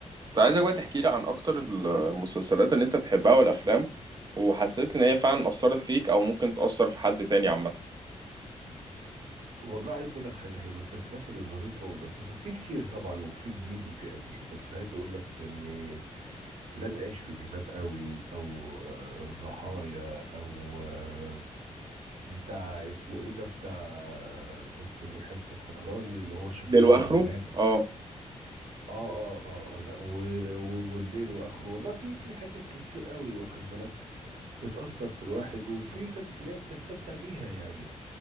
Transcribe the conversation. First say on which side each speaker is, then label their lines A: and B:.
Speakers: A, on the right; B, on the right.
A: كنت عايزك بقى تحكي لي عن اكتر المسلسلات اللي انت بتحبها والافلام وحسيت ان هي فعلا اثرت فيك او ممكن تاثر في حد تاني عامه
B: والله عايز اقول لك حاجه هي المسلسلات اللي ظريفه واللطيفه في كتير طبعا وفي جديد وفي قديم بس عايز اقول لك ان لن اعيش في جلباب قوي او آه، الرحايا او آه، بتاع اسمه ايه ده بتاع آه، دكتور يحيى الفخراني اللي هو شيخ
A: للواخره
B: العرب همام
A: اه
B: اه اه اه آه، لا و- و- والليل واخره والله في في حاجات كتير قوي واخد بالك بتأثر في الواحد وفي تمثيلات تستمتع بيها يعني